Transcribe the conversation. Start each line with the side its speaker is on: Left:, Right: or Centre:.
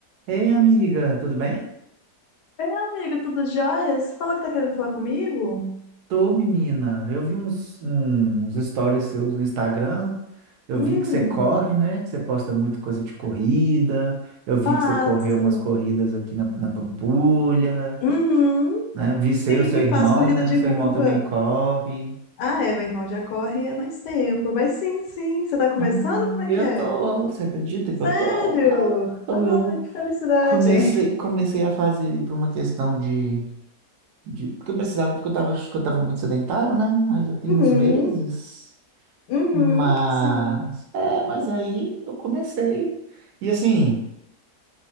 Right: Ei, amiga, tudo bem?
Left: É amigo, tudo jóia? Você falou que tá querendo falar comigo?
Right: Tô, menina. Eu vi uns, uns stories seus no Instagram. Eu
Left: Hum,
Right: vi que você corre, né? Que você posta muito coisa de corrida. Eu vi
Left: faço.
Right: que você correu umas corridas aqui na, na Pampulha,
Left: Uhum,
Right: né? Vi
Left: sim,
Right: seu, seu irmão,
Left: faço corrida
Right: né?
Left: de
Right: Seu
Left: rua.
Right: irmão também corre.
Left: Ah, é, meu irmão já corre há mais tempo. Mas sim, sim, você tá começando?
Right: Ah,
Left: Como é
Right: eu
Left: que é?
Right: tô. Você acredita
Left: Sério?
Right: que eu tô? Ah, eu tô.
Left: Ah,
Right: Eu
Left: que felicidade.
Right: comecei,
Left: <laughs>
Right: comecei a fazer ali por uma questão de, de. Porque eu precisava, porque eu tava, acho que eu tava muito sedentário, né? Aí já tem
Left: Uhum,
Right: uns meses.
Left: uhum,
Right: Mas,
Left: sim.
Right: é, mas aí eu comecei. E assim,